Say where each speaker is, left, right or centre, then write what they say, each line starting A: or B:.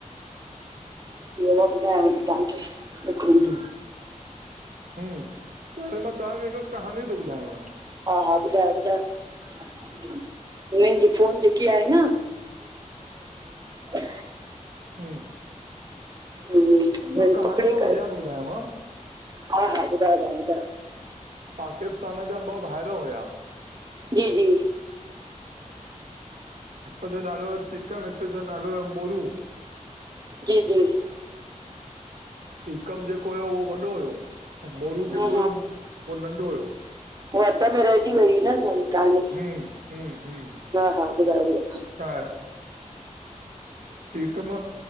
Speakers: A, on the right; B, on the right.
A: ॿियो मा ॿुधांयव ती तव्हांखे। हिकु मिंट
B: हुं, हुं हाणे मां तव्हां खे हिक कहानी थो ॿुधायांव।
A: हा, हा ॿुधायो, ॿुधायो हिननि जी फोन जेकी आहे न <unintelligible>
B: हु
A: हूंअ हीं
B: कहानी
A: पकड़े
B: मां
A: करे,
B: बढ़िया थो ॿुधायांव
A: हा, हा ॿुधायो तां ॿुधायो?
B: पाकिस्तान जा ॿ भाइर हुया।
A: जी, जी
B: हिक जो नालो टीकम हिक जो नालो हुओ मोरू
A: जी, जी।
B: टीकम जेको हुयो उहो वॾो हुयो, ऐं मोरू
A: हम्म,
B: जेको हुयो उहो नंढो हुयो।
A: हुअ अध में रहिजी वई हुई न असांजी क्हानी,
B: हम्म हम्म हम्म
A: हा, हा ॿुधायो ॿुधायो।
B: <unintelligible> टिकम